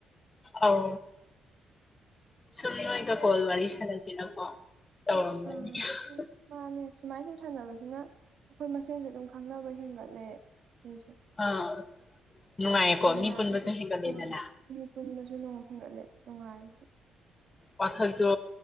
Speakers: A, on the left (about 25°); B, on the right (about 65°).
A: ꯑꯧ ꯁꯨꯝ ꯅꯣꯏꯒ ꯀꯣꯜ ꯋꯥꯔꯤ ꯁꯥꯟꯅꯁꯤꯅꯀꯣ <unintelligible>
B: ꯎꯝ ꯃꯥꯅꯦ ꯁꯨꯃꯥꯏ ꯁꯨꯝ ꯁꯥꯟꯅꯕꯁꯤꯅ ꯑꯩꯈꯣꯏ ꯃꯁꯦꯟꯁꯨ ꯑꯗꯨꯝ ꯈꯪꯅꯕ ꯍꯦꯟꯒꯠꯂꯦ ꯃꯤꯁꯨ
A: ꯑꯥ ꯅꯨꯡꯉꯥꯏꯌꯦꯀꯣ
B: ꯅꯨꯡꯉꯥꯏꯌꯦꯁꯨ
A: ꯃꯤ ꯄꯨꯟꯕꯁꯨ ꯍꯦꯟꯒꯠꯂꯦꯗꯅ
B: ꯎꯝ ꯃꯤ ꯄꯨꯨꯟꯕꯁꯨ ꯅꯨꯡ ꯍꯦꯟꯒꯠꯂꯦ ꯅꯨꯡꯉꯥꯏꯔꯤ
A: ꯋꯥꯈꯜꯁꯨ